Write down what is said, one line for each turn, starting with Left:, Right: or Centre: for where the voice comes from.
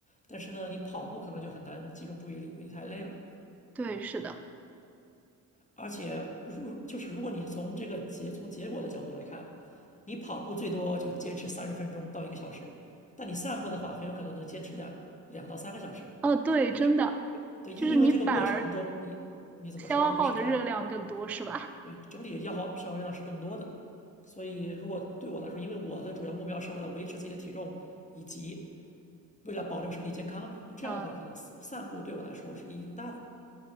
Left: 但是呢，你跑步可能就很难集中注意力，因为你太累了。
Centre: 对，是的。
Left: 而且如就是如果你从这个结从结果的角度来看，你跑步最多就坚持三十分钟到一个小时，但你散步的话，很有可能能坚持两两到三个小时，
Centre: 哦，对，
Left: 因为
Centre: 真的，
Left: 对，因因为这个过程中你你怎么说呢？
Centre: 就是你反而消耗的热量更多，
Left: 你是在
Centre: 是吧？
Left: 对，整体消耗消耗热量是更多的。所以，如果对我来说，因为我的主要目标是为了维持自己的体重，以及为了保证身体健康嘛，那这样的话，
Centre: 嗯。
Left: 可能散散步对我来说是意义更大的。